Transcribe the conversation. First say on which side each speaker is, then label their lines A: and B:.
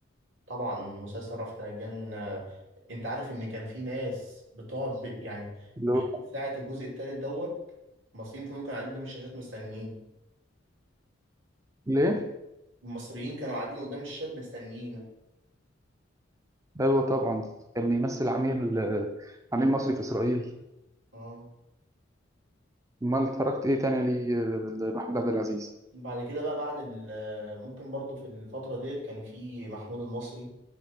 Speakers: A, on the right; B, on the right.
A: طبعا مسلسل رأفت الهجان آه، انت عارف ان كان في ناس بتقعد ب... يعني
B: اللي
A: بيقول
B: هو
A: لك ساعة الجزء التالت دوت المصريين كلهم كانوا قاعدين قدام الشاشات مستنيين
B: ليه
A: المصريين كانوا قاعدين قدام الشاشات مستنيينه
B: ايوه طبعا كان بيمثل عميل آه، عميل مصري في اسرائيل
A: اه
B: امال اتفرجت ايه تاني ليه آه، لمحمود عبد العزيز
A: بعد كده بقى بعد ال... ممكن برضو في الفترة ديت كان في محمود المصري